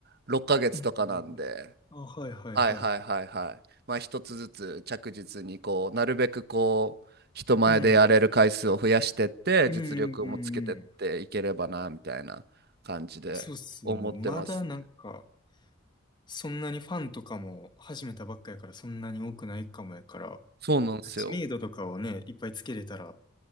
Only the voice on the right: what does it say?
6ヶ月とかなんで、
はいはいはいはい。まあ一つずつ着実にこう、なるべくこう、人前でやれる回数を増やしてって、
実力もつけてっていければな、みたいな感じで思ってます。
そうなんですよ。